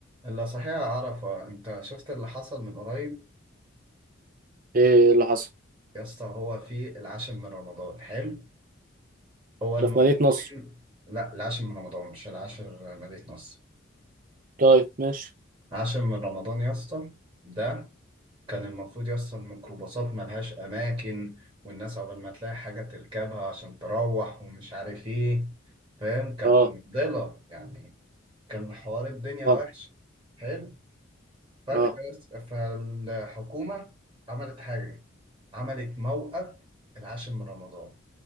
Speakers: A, on the right (about 25°); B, on the right (about 40°).
A: اللي صحيح عرفة انت شفت اللي حصل من قريب
B: ايه اللي حصل
A: يا اسطى هو في العاشر من رمضان حلو هو المفروض
B: ده في مدينة نصر
A: في لا العاشر من رمضان مش العاشر مدينة نصر
B: طيب ماشي
A: العاشر من رمضان يا اسطى ده كان المفروض يا اسطى الميكروباصات ملهاش أماكن والناس عقبال ما تلاقي حاجة تركبها عشان تروح ومش عارف ايه فاهم كانت
B: اه
A: مفضلة يعني كان حوار الدنيا
B: اه
A: وحش حلو فجأة
B: اه
A: يس- فالحكومة عملت حاجة عملت موقف العاشر من رمضان